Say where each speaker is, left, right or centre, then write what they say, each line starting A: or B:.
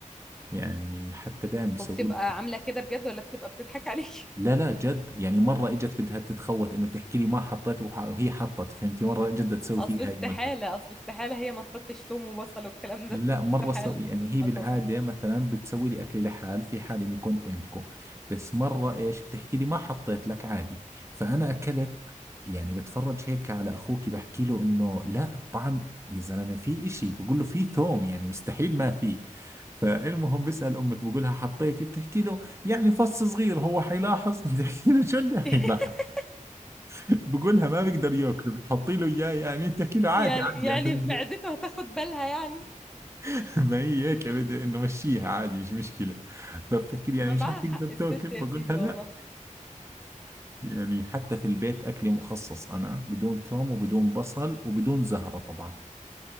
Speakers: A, on the right; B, in the centre.
A: يعني حتى دايم بيسووا
B: وبتبقى
A: لي-
B: عاملة كده بجد ولا بتبقى بتضحك عليك
A: لا لا جد يعني مرة اجت بدها تتخوت انه تحكي لي ما حطيت وح- وهي حطت فهمتي مرة جد
B: <laughs>
A: تسوي
B: اصل
A: فيها
B: استحالة
A: هاي المقدر
B: اصل استحالة هي ما تحطش توم وبصل والكلام
A: لا
B: ده
A: مرة
B: استحالة
A: سو... يعني هي بالعادة
B: طبعا
A: مثلا بتسوي لي أكلي لحال في حال إني كنت عندكم بس مرة إيش بتحكي لي ما حطيت لك عادي فأنا أكلت يعني بتفرج هيك على أخوك بحكي له إنه لا الطعم يا زلمة في إشي بقول له في ثوم يعني مستحيل ما في فالمهم بسأل أمك بقول لها حطيتي بتحكي له يعني فص صغير هو حيلاحظ <laughs> بتحكي له شو اللي حيلاحظ
B: <laughs>
A: بقول لها ما بقدر ياكله بتحطي له إياه يعني بتحكي له عادي
B: يعني
A: عادي
B: يعني
A: عشان
B: معدته هتاخد بالها يعني
A: <laughs> ما هي هيك يا بدي انه مشيها عادي مش مشكله فبتحكي لي يعني
B: ما
A: مش
B: معاها
A: رح تقدر
B: حق
A: تاكل
B: الست
A: بقولها
B: يا سيدي
A: لا
B: والله
A: يعني حتى في البيت اكلي مخصص انا بدون ثوم وبدون بصل وبدون زهره طبعا